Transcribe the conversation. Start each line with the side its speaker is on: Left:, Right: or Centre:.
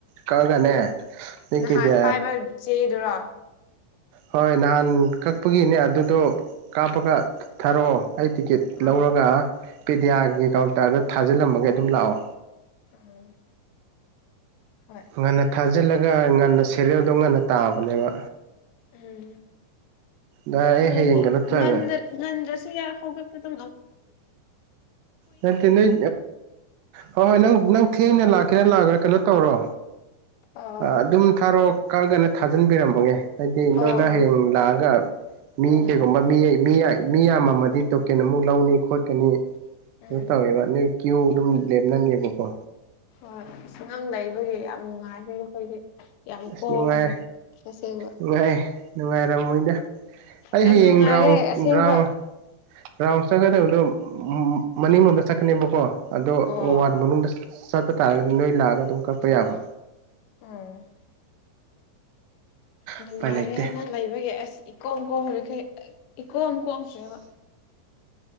Right: ꯀꯛꯑꯒꯅꯦ ꯅꯤꯛꯀꯤꯗꯤ
Left: ꯅꯍꯥꯟ ꯄꯥꯏꯕ ꯆꯦꯗꯨꯔꯣ
Right: ꯍꯣꯏ ꯅꯍꯥꯟ ꯀꯛꯄꯒꯤꯅꯦ ꯑꯗꯨꯗꯣ ꯀꯥꯞꯄꯒ ꯊꯥꯔꯛꯑꯣ ꯑꯩ ꯇꯤꯀꯦꯠ
Left: ꯑꯥ
Right: ꯂꯧꯔꯒ ꯄꯦꯗꯤꯌꯥꯒꯤ ꯀꯥꯎꯟꯇꯔꯗ ꯊꯥꯖꯤꯜꯂꯝꯃꯒꯦ ꯑꯗꯨꯝ ꯂꯥꯛꯑꯣ
Left: ꯎꯝ ꯍꯣꯏ
Right: ꯉꯟꯅ ꯊꯥꯖꯤꯜꯂꯒ ꯉꯟꯅ ꯁꯦꯔꯤꯦꯜꯗꯣ ꯉꯟꯅ ꯇꯥꯕꯅꯦꯕ
Left: ꯎꯝ
Right: ꯏ ꯑꯩ
Left: ꯉꯟꯅ
Right: ꯍꯌꯦꯡꯒ ꯅꯠꯇ꯭ꯔꯅꯦ
Left: ꯉꯟꯅ ꯉꯟꯗ꯭ꯔꯁꯨ ꯌꯥ ꯍꯧꯒꯠꯄꯗ
Right: ꯅꯠꯇꯦ ꯅꯣꯏ ꯍꯣꯏ ꯍꯣꯏ ꯅꯪ ꯅꯪ ꯊꯦꯡꯅ ꯂꯥꯛꯀꯦꯔꯥ ꯂꯥꯛꯑꯦꯔꯥ ꯀꯩꯅꯣ ꯇꯧꯔꯣ
Left: ꯑꯥ
Right: ꯑꯗꯨꯝ ꯊꯥꯔꯛ ꯀꯛꯒꯅ ꯊꯥꯖꯤꯟꯕꯤꯔꯃꯒꯦ ꯍꯥꯏꯗꯤ
Left: ꯑꯣ
Right: ꯅꯪꯅ
Left: ꯑꯣ
Right: ꯍꯌꯦꯡ ꯂꯥꯛꯑꯒ ꯃꯤ
Left: ꯎꯝ
Right: ꯀꯩꯒꯨꯝꯕ ꯃꯤ ꯃꯤ ꯌꯥꯏ ꯃꯤ ꯌꯥꯝꯃꯝꯃꯥꯗꯤ ꯇꯣꯀꯦꯟ ꯑꯃꯨꯛ ꯂꯧꯅꯤ ꯈꯣꯠꯀꯥꯅꯤ ꯑꯗꯨ
Left: ꯎꯝ
Right: ꯇꯧꯋꯦꯕ ꯅꯣꯏ ꯀ꯭ꯌꯨ ꯑꯗꯨꯝ ꯂꯦꯞꯅꯅꯦꯕꯀꯣ
Left: ꯍꯣꯏ ꯑꯁ ꯅꯪ ꯂꯩꯕꯒꯤ ꯌꯥꯝ ꯅꯨꯡꯉꯥꯏꯖꯔꯦ ꯑꯈꯣꯏꯗꯤ ꯌꯥꯝ
Right: ꯑꯁ
Left: ꯀꯣꯝꯈ꯭ꯔꯦ
Right: ꯅꯨꯡꯉꯥꯏ
Left: ꯇꯥꯁꯦꯡꯅ
Right: ꯅꯨꯡꯉꯥꯏ ꯅꯨꯡꯉꯥꯏꯔꯝꯃꯣꯏꯗ ꯑꯩ
Left: ꯌꯥꯝ
Right: ꯍꯌꯦꯡ
Left: ꯅꯨꯡꯉꯥꯏꯔꯦ
Right: ꯔꯥꯎꯟ
Left: ꯑꯁꯦꯡꯕ
Right: ꯔꯥꯎꯟ ꯔꯥꯎꯟ ꯆꯠꯀꯥꯗꯕꯗꯣ ꯃꯅꯤꯡ ꯂꯣꯝꯗ ꯆꯠꯀꯥꯅꯦꯕꯀꯣ ꯑꯗꯣ
Left: ꯑꯣ
Right: ꯋꯥꯠ ꯃꯅꯨꯡꯗ ꯆꯠꯄ ꯇꯥꯔꯒꯗꯤ ꯅꯣꯏ ꯂꯥꯛꯑꯒ ꯑꯗꯨꯝ ꯀꯛꯄ ꯌꯥꯕ
Left: ꯎꯝ ꯅꯨꯡꯉꯥꯏꯔꯦꯍꯦ
Right: ꯎꯄꯥꯏ ꯂꯩꯇꯦ
Left: ꯅꯪ ꯂꯩꯕꯒꯤ ꯑꯁ ꯏꯀꯣꯝ ꯀꯣꯝꯔꯤꯈꯩ ꯏꯀꯣꯝ ꯀꯣꯝꯈ꯭ꯔꯦꯕ